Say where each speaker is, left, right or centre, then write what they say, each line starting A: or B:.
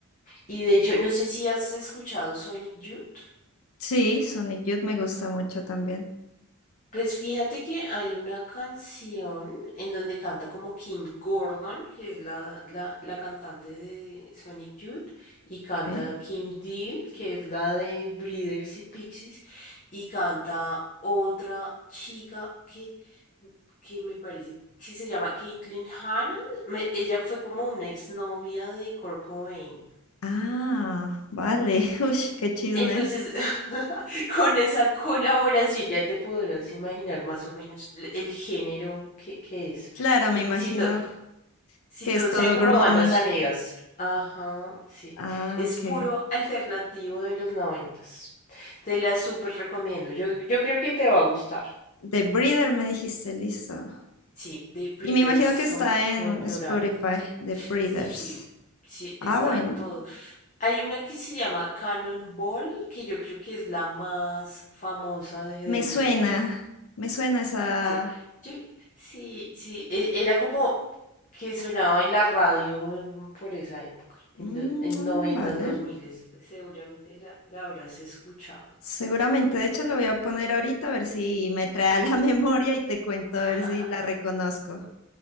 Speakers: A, on the left; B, on the left.
A: Y de hecho, no sé si has escuchado Sonic Youth.
B: Sí, Sonic Youth me gusta mucho también.
A: Pues fíjate que hay una canción en donde canta como Kim Gordon, que es la, la, la cantante de Sonic Youth, y canta
B: Ok.
A: Kim Deal, que es la de Breeders y Pixies, y canta otra chica que, que me parece que se llama Caitlin Hanna. me- ella fue como una exnovia de Kurt Cobain.
B: Ah, vale. <laughs> Uy, qué chisme.
A: Entonces, <laughs> con esa colaboración ya te podrás imaginar más o menos l- el género que, que es.
B: Claro,
A: Porque
B: me imagino
A: si, to- si
B: que
A: todos
B: es todo
A: sean como
B: grunge.
A: bandas amigas, ajá, sí,
B: Ah,
A: es
B: ok.
A: puro alternativo de los noventas. Te la súper recomiendo. Yo, yo creo que te va a gustar.
B: The Breeder, me dijiste, listo.
A: Sí, The Breeders,
B: Y me imagino que está
A: como, como
B: en
A: en plural.
B: Spotify, The Breeders.
A: Sí, sí, sí,
B: Ah,
A: está
B: bueno,
A: todo. Hay una que se llama Cannonball, que yo creo que es la más famosa de The
B: me
A: Breeders.
B: suena, me suena esa...
A: Dice, yo- sí, sí, e- era como que sonaba en la radio en- por esa época, en
B: Mm,
A: los en noventas,
B: vale.
A: dos miles. Seguramente la, la habrás escuchado.
B: Seguramente, de hecho, lo voy a poner ahorita a ver si me trae a la <laughs> memoria y te cuento a ver
A: <laughs>
B: si la reconozco.